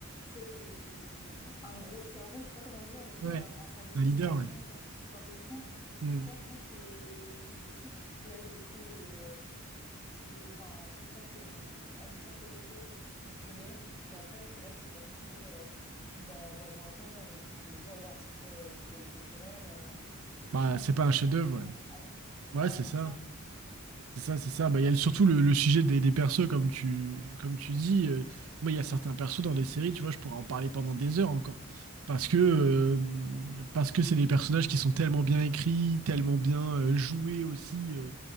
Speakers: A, on the left; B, on the right.
A: tu sais, des, des, un gros cerveau, je sais pas comment dire, mais tu sais,
B: Ouais,
A: un un cerveau
B: un
A: d'opération
B: leader, ouais.
A: qui anticipe un peu tout.
B: Hmm.
A: Et ça, je pense que, que c'est des trucs qui plaisent et tout. Et, euh, et que, enfin, je comprends que à une certaine époque, ça puisse fonctionner. Mais après, c'est vrai que c'est pas des séries euh, dans, dans 20 ans où tu peux te dire, waouh, c'était, euh, c'était exceptionnel. euh. C'est juste,
B: Bah,
A: je pense,
B: c'est
A: c'est sur
B: pas
A: le
B: un
A: moment,
B: chef-d'œuvre,
A: il y a une
B: ouais.
A: grosse-
B: Ouais,
A: Ouais,
B: c'est ça.
A: c'est ça.
B: C'est ça, c'est ça. Bah, il y a le- surtout le, le sujet des, des persos, comme tu, comme tu dis. euh, moi, il y a certains persos dans des séries, tu vois, je pourrais en parler pendant des heures encore. Parce que, euh, parce que c'est des personnages qui sont tellement bien écrits, tellement bien euh, joués aussi. euh,